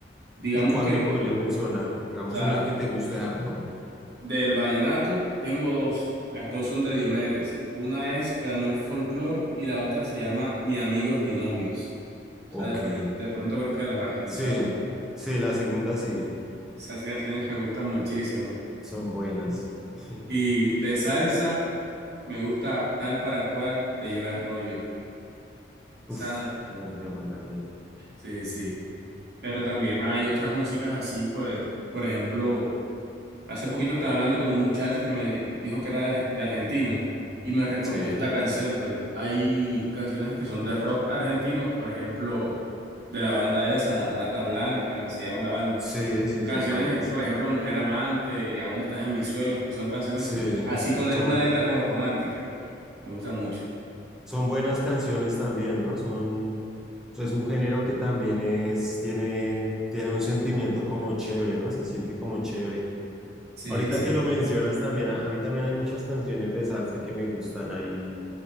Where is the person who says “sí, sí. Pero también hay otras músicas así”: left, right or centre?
Right